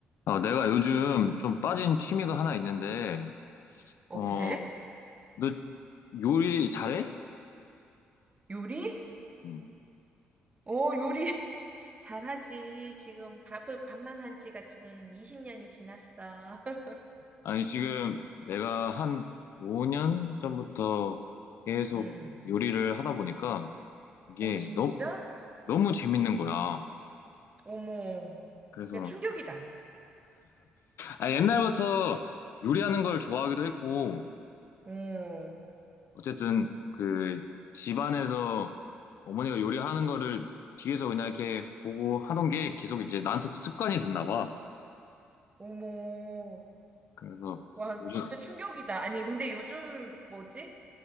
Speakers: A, on the left (about 65°); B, on the right (about 30°).
A: 아, 내가 요즘 좀 빠진 취미가 하나 있는데,
B: 어,
A: 어,
B: 그래?
A: 너 요리 잘해?
B: 요리?
A: 음.
B: 어, 요리 <laughs> 잘하지. 지금 밥을 밥만 한 지가 지금 20년이 지났어. <laughs>
A: 아니, 지금 내가 한 5년 전부터 계속
B: 음.
A: 요리를 하다 보니까 이게
B: 어, 진짜?
A: 너무, 너무 재밌는 거야.
B: 어머.
A: 그래서,
B: 야, 충격이다.
A: 아, 옛날부터 요리하는 걸 좋아하기도 했고,
B: 어,
A: 어쨌든 그 집안에서 어머니가 요리하는 거를 뒤에서 그냥 이렇게 보고 하던 게 계속 이제 나한테도 습관이 됐나 봐.
B: 어머.
A: 그래서
B: 와,
A: 요즘
B: 진짜 충격이다. 아니, 근데 요즘 뭐지?